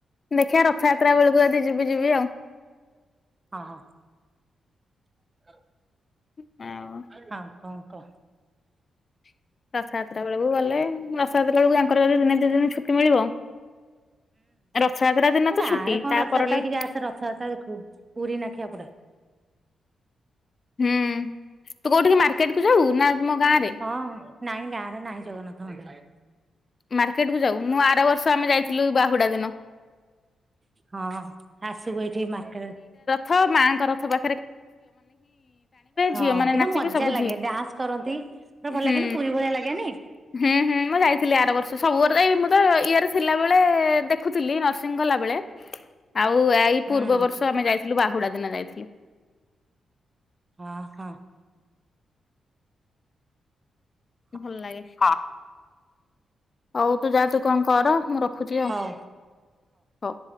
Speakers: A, on the left; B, on the right.
A: ଦେଖିଆ ରଥଯାତ୍ରା ବେଳକୁ ଯଦି ଯିବି ଯିବି ଆଉ।
B: ହଁ ହଁ। <unintelligible>
A: ହଁ।
B: ହଁ କଣ କ।
A: ରଥଯାତ୍ରା ବେଳକୁ ଗଲେ ରଥଯାତ୍ରା ବେଳକୁୟାଙ୍କର ଦିନେ ଦି ଦିନ ଛୁକଟି ମିଳିବ। ରଥଯାତ୍ରା ଦିନ
B: ହୁଁ
A: ତ
B: ଗାଁରେ
A: ଛୁଟି,
B: କଣ
A: ତାପର
B: ରଥ ଏଇଠିକି
A: ଟା।
B: ଆସେ ରଥଯାତ୍ରା ଦେଖିବୁ। ପୁରୀ ନା ଖିଆପଡା
A: ହୁଁ ତୁ କୋଉଠିକି ମାର୍କେଟ କୁ ଯାଉ ନା ତମ ଗାଁ ରେ?
B: ହଁ। ନାଇଁ ଗାଁରେ ନାହିଁ ଜଗନ୍ନାଥ ମନ୍ଦିର।
A: ମାର୍କେଟ କୁ ଯାଉ ମୁଁ ଆର ବର୍ଷ ଆମେ ଯାଇଥିଲୁ ବାହୁଡା ଦିନ।
B: ହଁ ଆସିବୁ ଏଇଠି ମାରକେଟ୍।
A: ଥ ମାଆଙ୍କ ରଥ ବା
B: ହଁ
A: ଝିଅ ମାନେ
B: କିନ୍ତୁ
A: ନାଚିବେ
B: ମଜା
A: ସବୁ
B: ଲାଗେ
A: ଝିଅ
B: ଡ୍ୟାନ୍ସ କରନ୍ତି। ଭଲ
A: ହୁଁ
B: ଲାଗେନି ପୁରୀ ଭଳିଆ ଲାଗେନି।
A: ହୁଁ ହୁଁ ମୁ ଯାଇଥି ଥିଲି ଆର ବର୍ଷ ସବୁର ତ ଏଇ ମୁଁ ତ ଇଏ ରେ ଥିଲାବେଳେ ଦେଖୁଥିଲି, ନର୍ସିଂ କଲାବେଳେ ଆଉ ଏଇ
B: ହୁଁ
A: ପୂର୍ବ ବର୍ଷ ଆମେ ଯାଇଥିଲୁ ବାହୁଡା ଦିନ ଯାଇଥିଲୁ।
B: ହଁ ହଁ। ହ
A: ଭଲ ଲାଗେ, ହଁ। ହଉ ତୁ ଯାଆ ତୁ କଣ କର ମୁଁ ରଖୁଛି ଆଉ,
B: ହଉ
A: ହଉ।